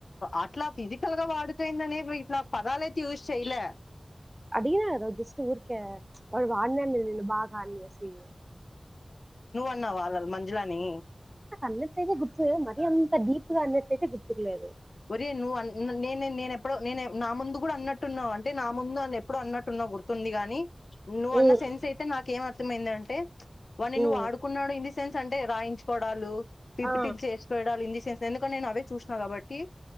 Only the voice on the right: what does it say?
అది ఏదో జస్ట్ ఊరిక వాడు వాడ్న్యాడు నిన్ను బాగా అనేసి
అన్నట్టయితే గుర్తే మరీ అంత డీప్గా అన్నట్టయితే గుర్తుకులేదు
ఉమ్,
ఉమ్,
ఆ